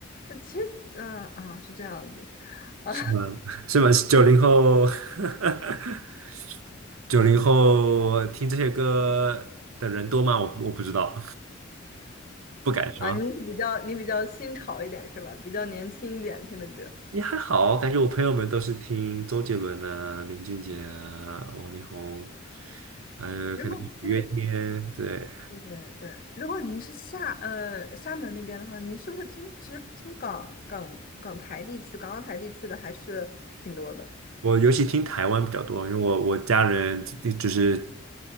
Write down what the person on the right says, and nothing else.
是吗？是吗？九零后，<laughs> 九零后听这些歌的人多吗？我我不知道，<laughs> 不敢说。
也还好，感觉我朋友们都是听周杰伦啊、林俊杰啊、王力宏，还有可能五月天，
对。
我尤其听台湾比较多，因为我我家人就就是